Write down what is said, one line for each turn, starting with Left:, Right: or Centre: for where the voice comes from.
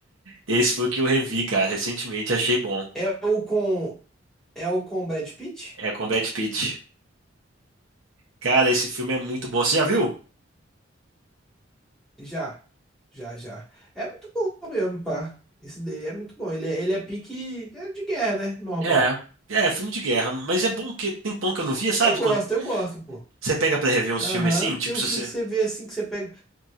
Right: Esse foi o que eu revi, cara, recentemente, achei bom.
Centre: É o com. É o com Brad Pitt?
Right: É com Brad Pitt. Cara, esse filme é muito bom. Você já viu?
Centre: Já, já, já. É muito bom mesmo, pá. Esse daí é muito bom. Ele é, ele é pique é de guerra, né? Normal.
Right: É. É, filme de guerra, mas é bom porque tem pão que eu não via, sabe?
Centre: Eu gosto,
Right: Quando
Centre: eu gosto, pô.
Right: você pega pra rever uns
Centre: Aham.
Right: filmes assim, tipo,
Centre: Tem uns
Right: se
Centre: filmes
Right: você
Centre: que você vê assim, que você pega.